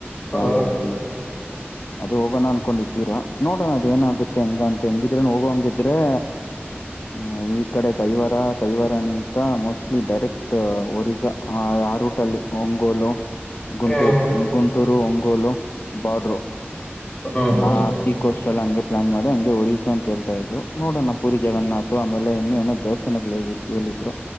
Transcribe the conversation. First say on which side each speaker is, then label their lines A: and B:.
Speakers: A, on the left; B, on the left.
A: ಹ
B: ಜನವರಿಗೆ ಅದು ಹೋಗೋಣ ಅನ್ಕೊಂಡಿದ್ದೀರ ನೋಡಣ ಅದ ಏನ ಆಗುತ್ತೆ ಹೆಂಗ ಅಂತ ಹೆಂಗಿದ್ರು ಹೋಗೋ ಹಂಗ್ ಇದ್ರೆ ಹ ಈ ಕಡೆ ಕೈವರ ಕೈವರನಕ ಮೋಸ್ಟ್ಲಿ ಡೈರೆಕ್ಟ್ ಒರಿಸ್ಸಾ. ಆ ಅ ರೋಟೇಲಿ <unintelligible> ಊಟಲ್ಲಿ ಒಂಗೋಲು ಗುಂಟೂರು
A: ಹ್ಮ್
B: ಗುಂಟೂರು ಒಂಗೋಲು ಬಾರ್ಡರ್
A: ಹ್ಮ್ ಹ್ಮ್
B: ಆ ಕೋಸ್ಟ್ ಅ ಹಂಗೆ ಪ್ಲಾನ್ ಮಾಡಿ ಹಂಗೆ ಒರಿಸ್ಸಾ ಅಂತ ಹೇಳ್ತಾ ಇದ್ರು. ನೋಡೋಣ ಪುರಿ ಜಗನ್ನಾಥ್ ಆಮೇಲೆ ಇನ್ನುೂ ಏನೋ ದೇವಸ್ಥಾನಗಳ ದಾರಿ ಹೇಳಿದ್ರು